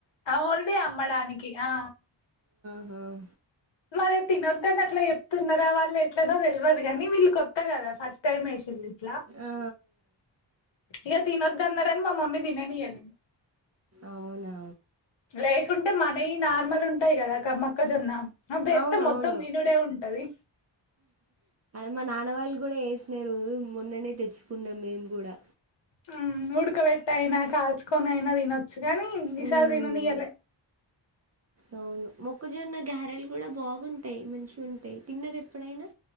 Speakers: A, on the left (about 75°); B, on the right (about 35°).
A: అవ్ ఓన్లీ అమ్మడానికి ఆ
B: ఆ
A: మరి తినొద్దని అట్లా చెప్తున్నారా? వాళ్ళు ఎట్లనో తెలివదు కానీ వీళ్ కొత్త కదా ఫస్ట్ టైమ్ ఏసింది ఇట్లా
B: ఆ
A: ఇగా తినొద్ అన్నారని మా మమ్మీ దిననీయది.
B: అవునా
A: లేకుంటే మనయి నార్మల్ ఉంటాయి. కదా కమక్కజొన్న అవి దేత్త
B: అవునవును
A: మొత్తం తినుడే ఉంటది.
B: మా నాన్న వాళ్ళు కూడా ఏసినరు మొన్ననే తెచ్చుకున్నాం. మేము కూడా
A: ఉమ్ ఉడకబెట్టయినా కాల్చుకొని అయినా తినొ చ్చుగానీ
B: మ్మ్
A: ఈసారి తిన నియలే
B: అవును మొక్కజొన్న గారేలు కూడా బాగుంటాయి మంచిగా ఉంటాయి తిన్నార ఎప్పుడైనా